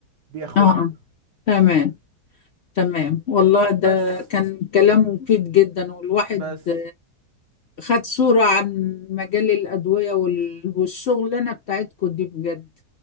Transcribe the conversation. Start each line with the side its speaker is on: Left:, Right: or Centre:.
Right: بياخدها
Left: اه تمام تمام والله ده
Right: بس
Left: كان كلام مفيد جدا والواحد
Right: بس
Left: خد صورة عن مجال الأدوية وال- والشغلانة بتاعتكم دي بجد